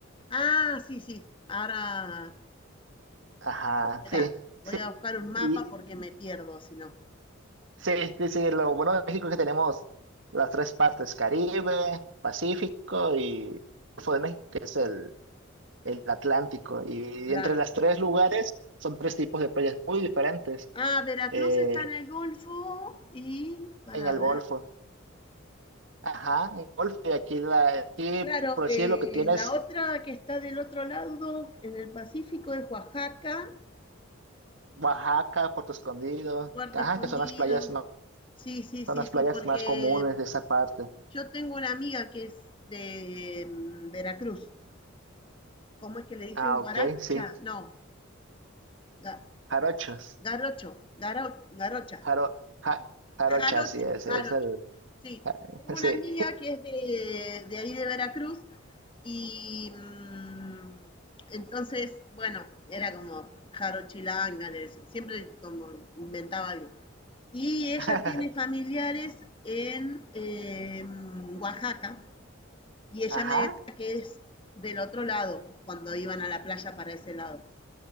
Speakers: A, on the left (about 25°); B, on the right (about 60°).
A: Ah, sí, sí, ahora,
B: Ajá,
A: espera,
B: sí.
A: voy a buscar un mapa
B: Y,
A: porque me pierdo si no.
B: sí, sí, sí. Lo bueno de México es que tenemos las tres partes, Caribe, Pacífico y Golfo de México, que es el, el Atlántico. Y
A: Claro.
B: entre los tres lugares son tres tipos de playas muy diferentes
A: Ah, Veracruz
B: eh,
A: está en el Golfo y para
B: en el
A: ver.
B: Golfo. Ajá, en el Golfo y aquí, la, aquí
A: Claro,
B: por decir
A: eh,
B: lo que tienes
A: la otra que está del otro lado, en el Pacífico, es Oaxaca,
B: Oaxaca, Puerto Escondido,
A: Puerto
B: ajá,
A: Escondido.
B: que son las playas más,
A: Sí, sí, sí,
B: son las
A: sí,
B: playas
A: porque
B: más comunes
A: mm,
B: de esa parte.
A: yo tengo una amiga que es de mm, Veracruz. ¿Cómo es que le dicen?
B: Ah,
A: Guaracha,
B: ok, sí.
A: no, ga-
B: Jarochos.
A: garocho, garo- garocha,
B: Jaro, ja- jarocha,
A: jarocho,
B: así es,
A: jarocho.
B: es el, <laughs>
A: Sí, tengo
B: sí.
A: una amiga que es de, de ahí de Veracruz Y mm, entonces, bueno, era como Jaro Chilanga, le decía, siempre como inventaba algo. Y ella
B: <laughs>
A: tiene familiares en eh, Oaxaca y ella
B: Ajá,
A: me decía que es del otro lado, cuando iban a la playa para ese lado.